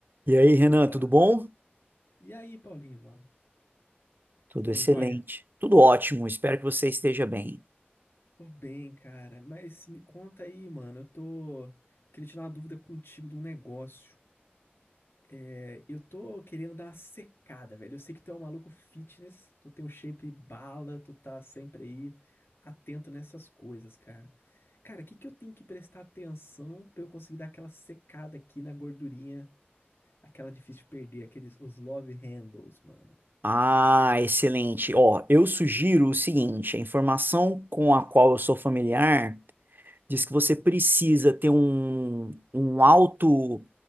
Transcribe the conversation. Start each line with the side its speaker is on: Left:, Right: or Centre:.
Right: E aí, Renan,
Left: Opa!
Right: tudo bom?
Left: E aí, Paulinho, mano?
Right: Tudo
Left: Tudo
Right: excelente.
Left: jóia?
Right: Tudo ótimo, espero que você esteja bem.
Left: Tô bem, cara, mas me conta aí, mano. Eu tô. Queria tirar uma dúvida contigo de um negócio. É, eu tô querendo dar uma secada, velho. Eu sei que tu é um maluco fitness, tu tem um shape bala, tu tá sempre aí atento nessas coisas, cara. Cara, o que que eu tenho que prestar atenção pra eu conseguir dar aquela secada aqui na gordurinha, aquela difícil de perder, aqueles os love handles, mano?
Right: Ah, excelente. Ó, eu sugiro o seguinte: a informação com a qual eu sou familiar diz que você precisa ter um, um alto